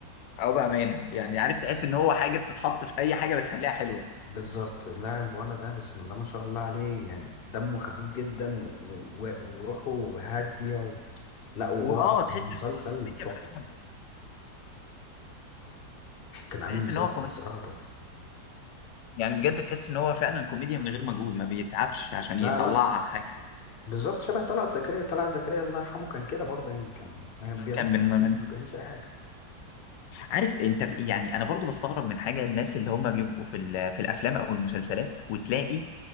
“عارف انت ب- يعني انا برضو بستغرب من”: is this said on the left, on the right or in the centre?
Left